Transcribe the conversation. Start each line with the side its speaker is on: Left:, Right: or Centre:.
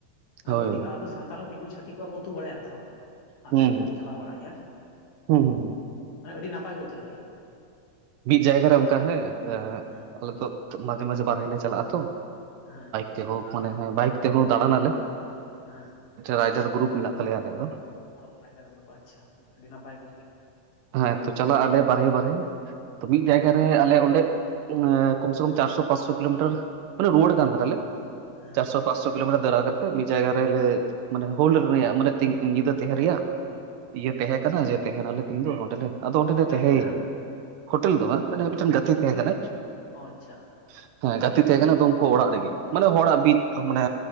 Left: ᱢᱟᱱᱮ
Right: ᱦᱳᱭ ᱦᱩᱸ
Left: ᱟᱵᱚ ᱥᱟᱱᱛᱟᱲ ᱫᱤᱠᱩ ᱪᱷᱟᱹᱛᱤᱠ ᱠᱚᱣᱟᱜ ᱠᱚ ᱩᱛᱩ ᱵᱟᱲᱟᱭᱟ ᱛᱷᱚ, ᱟᱞᱮ
Right: ᱦᱩᱸ
Left: ᱱᱚᱛᱮ ᱠᱚ ᱪᱟᱞᱟᱣ ᱵᱟᱲᱟᱜ ᱜᱮᱭᱟ᱾
Right: ᱦᱩᱸ, ᱦᱩᱸ
Left: ᱢᱟᱱᱮ ᱟᱹᱰᱤ ᱱᱟᱯᱟᱭ ᱠᱚ ᱩᱛᱩᱭᱟ ᱯᱷᱮᱫ
Right: ᱢᱤᱫ ᱡᱟᱭᱜᱟ ᱨᱮ ᱚᱱᱠᱟ ᱦᱮᱸ
Left: ᱦᱮᱸ
Right: ᱟᱞᱮ ᱛᱚ ᱢᱟᱡᱷᱮ ᱢᱟᱡᱷᱮ ᱵᱟᱨᱦᱮ ᱞᱮ ᱪᱟᱞᱟᱜᱼᱟ ᱛᱚ
Left: ᱦᱮᱸ
Right: ᱛᱮ ᱦᱳ ᱢᱟᱱᱮ ᱦᱚ ᱵᱟᱭᱤᱠ ᱛᱮ ᱦᱚ ᱫᱟᱬᱟ ᱱᱟᱞᱮ ᱾
Left: ᱦᱮᱸ ᱾
Right: ᱨᱟᱭᱴᱟᱨ ᱜᱨᱩᱯ ᱢᱮᱱᱟᱜ ᱛᱟᱞᱮᱭᱟ ᱟᱞᱮᱭᱟᱜ ᱫᱚ ᱾
Left: <unintelligible> ᱟᱰᱤ ᱱᱟᱯᱟᱭ ᱾
Right: ᱦᱮᱸ ᱛᱚ ᱪᱟᱞᱟᱜ ᱟᱞᱮ ᱵᱟᱨᱦᱮ ᱵᱟᱨᱦᱮ ᱾ ᱛᱚ ᱢᱤᱫ ᱡᱟᱭᱜᱟ ᱨᱮ ᱟᱞᱮ ᱚᱸᱰᱮ ᱠᱚᱢ ᱥᱮ ᱠᱚᱢ ᱪᱟᱨᱥᱚ ᱯᱟᱸᱥᱥᱚ ᱠᱤᱞᱳᱢᱤᱴᱟᱨ ᱢᱟᱱᱮ ᱨᱳᱣᱟᱹᱲ ᱠᱟᱱ ᱛᱟᱦᱮᱞᱮ
Left: ᱦᱮᱸ
Right: ᱪᱟᱥᱥᱚ ᱯᱟᱸᱪᱥᱳ ᱠᱤᱞᱳᱢᱤᱴᱟᱨ ᱫᱟᱨᱟ ᱠᱟᱛᱮᱫ ᱢᱤᱫ ᱡᱟᱭᱜᱟ ᱨᱮᱞᱮ ᱢᱟᱱᱮ ᱦᱳᱞᱰ ᱨᱮᱭᱟᱜ ᱢᱟᱱᱮ ᱫᱤᱧ ᱧᱤᱫᱟ ᱛᱟᱦᱮ ᱨᱮᱭᱟᱜ ᱾ ᱤᱭᱟᱹ ᱛᱟᱦᱮᱸᱠᱟᱱᱟ ᱡᱮ ᱛᱟᱦᱮᱱᱟᱞᱮ ᱛᱤᱦᱤᱧ ᱫᱚ ᱱᱚᱸᱮᱞᱮ ᱟᱫᱚ ᱚᱸᱰᱮᱞ ᱞᱮ
Left: ᱦᱳᱴᱮᱞ
Right: ᱛᱟᱦᱮᱸᱭᱮᱱᱟ
Left: ᱠᱚᱨᱮ ᱵᱟᱝ
Right: ᱾ ᱦᱳᱴᱮᱞ ᱫᱚ ᱵᱟᱝ ᱾ ᱢᱟᱱᱮ ᱢᱤᱫᱴᱮᱱ ᱜᱟᱛᱮ ᱛᱟᱦᱮᱸ
Left: ᱥᱩᱨ
Right: ᱠᱟᱱᱟᱭ
Left: ᱜᱮ ᱚ ᱟᱪᱪᱷᱟ
Right: ᱾ ᱦᱮᱸ ᱜᱟᱛᱮ ᱛᱟᱦᱮᱸ ᱠᱟᱱᱟ ᱟᱫᱚ ᱩᱱᱠᱩ ᱚᱲᱟᱜ ᱨᱮᱜᱮ ᱾ ᱢᱟᱱᱮ ᱦᱚᱲᱟᱜ ᱵᱤᱫ ᱢᱟᱱᱮ